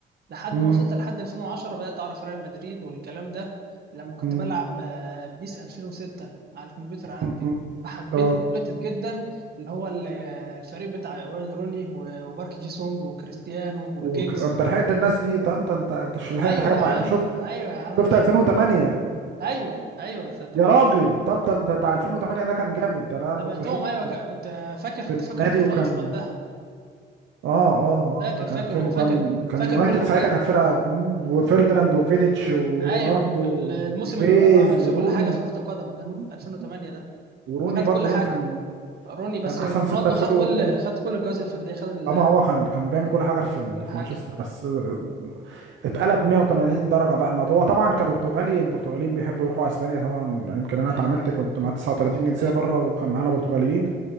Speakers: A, on the right; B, on the right.
A: لحد
B: امم
A: ما وصلت لحد 2010 بدأت أعرف ريال مدريد والكلام ده لما كنت
B: امم
A: بلعب آه، بيس 2006 على الكمبيوتر عندي
B: امم
A: فحبيت
B: اه
A: اليونايتد جدا اللي هو ال- آه، الفريق بتاع وين روني و- وبارك جي سونج وكريستيانو وجيجز
B: وك- انت لحقت الناس دي طب ده انت انت مش لحقت
A: ايوه
B: حاجه
A: يا
B: بقى
A: عم
B: شفت
A: ايوه يا عم
B: شفت
A: بسمع
B: 2008
A: من زمان ايوه ايوه تابعت
B: يا راجل طب ده انت بتاع 2008 ده كان جامد ده انا
A: تابعتهم
B: كنت بشوفه
A: ايوه
B: في
A: ك- كنت آه، فاكر
B: في النادي
A: فاكر تشوش
B: وكان
A: وقتها
B: اه اه
A: فاكر
B: اه ده كان
A: فاكر
B: فين
A: وفاكر
B: وكان كان
A: فاكر
B: يونايتد
A: كل
B: ساعتها
A: حاجه
B: كانت فرقة مم، وفيرديناند وفيديتش ورونالدو
A: ايوه ال-
B: وديفيز
A: الموسم اللي رونالدو عمل
B: وروني
A: فيه كل حاجه في كره القدم ده
B: مم،
A: 2008
B: مم.
A: ده
B: وروني
A: خد
B: برضه
A: كل حاجه
B: روني كان
A: روني بس
B: كان احسن
A: رونالدو
B: سنتر فيرود
A: خد كل
B: برضه
A: خد كل الجوائز الفرديه خد ال-
B: اما هو كان كان بيعمل كل حاجة في ال-
A: كل
B: في
A: حاجه
B: مانشستر بس آه، اتقلب 180 درجة بقى ما هو طبعا كبرتغالي البرتغاليين بيحبوا يروحوا اسبانيا طبعا يمكن انا
A: ايوه
B: اتعاملت كنت مع 39 جنسية
A: ايوه
B: بره وكان معانا برتغاليين